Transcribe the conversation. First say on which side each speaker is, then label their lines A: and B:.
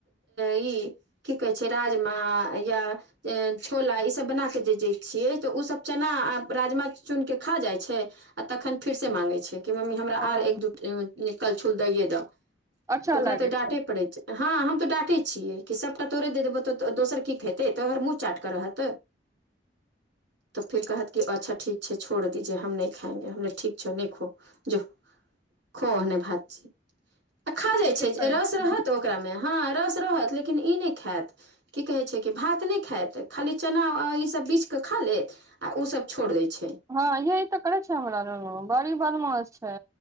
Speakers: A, on the right (about 80°); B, on the right (about 15°).
A: ई की कहै छै राजमा या छोला ईसभ बना कऽ जे दैत छियै तऽ ओसभ चना आ राजमा चुनि कऽ खा जाइत छै आ तखन फेर से मांगै छै कि मम्मी हमरा
B: हँ
A: आर एक दू कलछुल दैए दऽ
B: अच्छा
A: तऽ ओकरा
B: लागै
A: तऽ डाँटे
B: छै
A: पड़ैत छै हँ हम तऽ डाकटैत छियै कि सभटा तोड़े दऽ देबौ तऽ दोसर की खेतै तो ओहर मुँह चाट कऽ रहत
B: <inaudible>
A: तऽ फिर कहत क अच्छा ठीक छै छोड़ दीजे हम नहि खाएंगे हम ठीक छौ देखो जो खोने भात छी आ खा जाइत
B: ठीके
A: छै
B: करै
A: जे रस
B: छियै
A: रहत ओकरामे हँ रस रहत लेकिन ई नहि खायत की कहै छै कि भात नहि खात खाली चना ईसभ बीछिकेऽ खा लेत आ ओसभ छोड़ दैत छै
B: हँ यह तऽ करै छै हमरा ल बड़ी बदमास छै